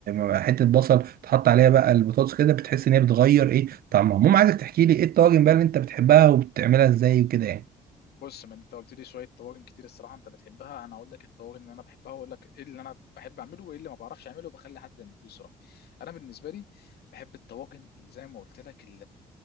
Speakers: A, on the right (about 60°); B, on the left (about 65°).
A: بحته بصل تحط عليها بقى البطاطس كده بتحس ان هي بتغير ايه طعمها المهم عايزك تحكي لي ايه الطواجن بقى اللي انت بتحبها وبتعملها ازاي وكده يعني
B: بص ما انت قلت لي شويه طواجن كتير الصراحه انت بتحبها انا هقول لك الطواجن اللي انا بحبها واقول لك ايه اللي انا بحب اعمله وايه اللي ما بعرفش اعمله وبخلي حد يعمله لي الصراحه انا بالنسبه لي بحب الطواجن اللي زي ما قلت لك